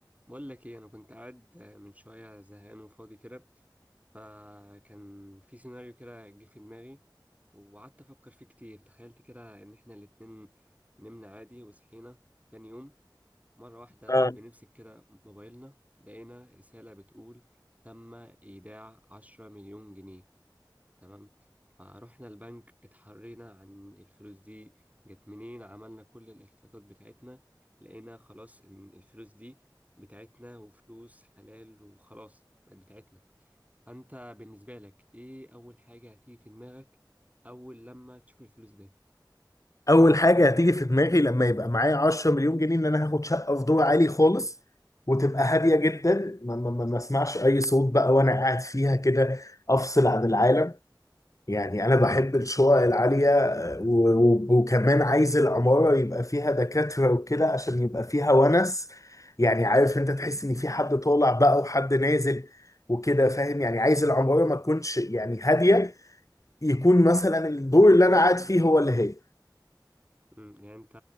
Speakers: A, on the right; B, on the left.
A: بقول لك ايه انا كنت قاعد من شويه زهقان وفاضي كده فكان في سيناريو كده جه في دماغي وقعدت افكر فيه كتير تخيلت كده ان احنا الاتنين نمنا عادي وصحينا تاني يوم مره واحده
B: آه.
A: بنمسك كده موبايلنا لقينا رساله بتقول تم ايداع عشرة مليون جنيه تمام فروحنا البنك اتحرينا عن الفلوس دي جت منين عملنا كل الاحتياطات بتاعتنا لقينا خلاص ان الفلوس دي بتاعتنا وفلوس حلال وخلاص بقت بتاعتنا فانت بالنسبة لك ايه اول حاجة هتيجي في دماغك اول لما تشوف الفلوس دي
B: اول حاجه هتيجي في دماغي لما يبقى معايا 10 مليون جنيه ان انا هاخد شقه في دور عالي خالص وتبقى هاديه جدا ما, ما, ما, ما اسمعش اي صوت بقى وانا قاعد فيها كده افصل عن العالم يعني انا بحب الشقق العاليه آه، و- و- وكمان عايز العماره يبقى فيها دكاتره وكده عشان يبقى فيها ونس يعني عارف انت تحس ان في حد طالع بقى وحد نازل وكده فاهم يعني عايز العماره ما تكونش يعني هاديه يكون مثلا الدور اللي انا قاعد فيه هو اللي هادي
A: مم، يعني انت